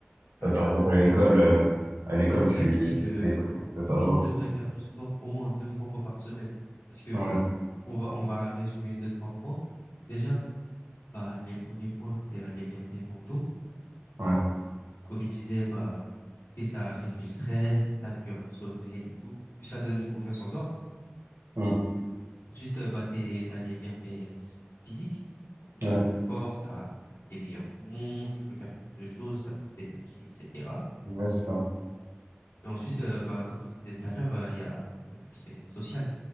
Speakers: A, on the left; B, on the right.
A: Ouais,
B: euh,
A: je
B: par
A: suis totalement
B: exemple, à
A: d'accord
B: l'école,
A: avec
B: euh,
A: toi.
B: à l'école,
A: C'est pour
B: tu,
A: ça que je dis que
B: c'est des trucs que tu peux pas
A: tout le
B: avoir.
A: monde devrait faire du sport au moins deux, trois fois par semaine. Parce que
B: Ouais,
A: on va, on va résumer deux, trois points. Déjà, bah, les premiers points, c'est euh, les bienfaits mentaux.
B: ouais,
A: Comme il disait, bah, c'est ça réduit le stress, ça améliore le sommeil et tout. Puis ça donne une confiance en soi.
B: mm,
A: Ensuite, euh, bah, t'es, t'as les bienfaits euh, qui sont physiques. Donc, tu te
B: ouais,
A: sens plus fort, t'as des meilleurs poumons, tu peux faire plus de choses, t'as plus d'énergie, etc.
B: ouais, c'est ça.
A: Et ensuite, euh, bah, comme tu disais tout à l'heure, euh, il y a cet aspect social.